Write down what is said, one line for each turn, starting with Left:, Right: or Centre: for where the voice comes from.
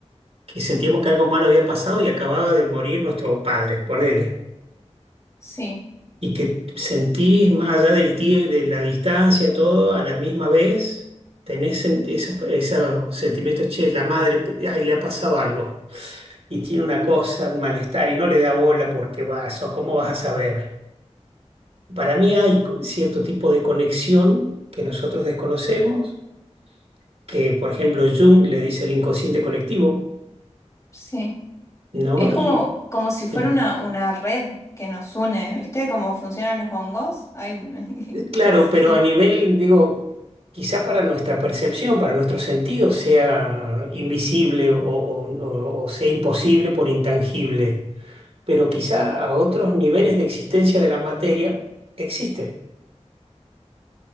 Right: que sentíamos que algo malo había pasado y acababa de morir nuestro padre, ponele.
Left: Sí,
Right: y que sentís más allá del tie- de la distancia, todo a la misma vez, tenés sen- esos, esos sentimientos, che, la madre, ay, le ha pasado algo y tiene una cosa, un malestar y no le da bola porque vas o ¿cómo vas a saber? Para mí hay co- cierto tipo de conexión que nosotros desconocemos, que por ejemplo Jung le dice el inconsciente colectivo,
Left: sí.
Right: ¿no?
Left: Es como, como si fuera
Right: y
Left: una, una red que nos une, ¿viste? Cómo funcionan los hongos. Ay, <laughs>
Right: Eh, Claro,
Left: no sé
Right: pero
Left: si.
Right: a nivel, digo, quizá para nuestra percepción, para nuestros sentidos, sea invisible o, o- o- o sea imposible por intangible, pero quizá a otros niveles de existencia de la materia existe.